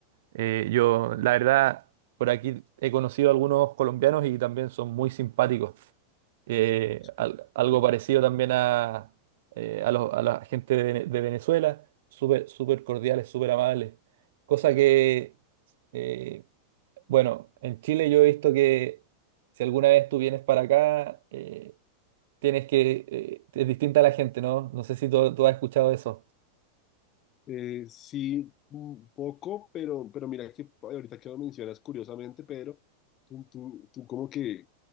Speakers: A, on the right; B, on the left.
A: Eh, yo, la verdad, por aquí he conocido a algunos colombianos y también son muy simpáticos. Eh,
B: Sí.
A: al- algo
B: Eh,
A: parecido también a, eh, a, los- a la gente de, Vene- de Venezuela, súper súper cordiales, súper amables. Cosa que, eh, bueno, en Chile yo he visto que si alguna vez tú vienes para acá, eh, tienes que, eh, es distinta a la gente, ¿no? No sé si tú, tú has escuchado eso.
B: Eh, sí, un poco, pero, pero mira que ahorita que lo mencionas curiosamente, Pedro, tú, tú, tú como que,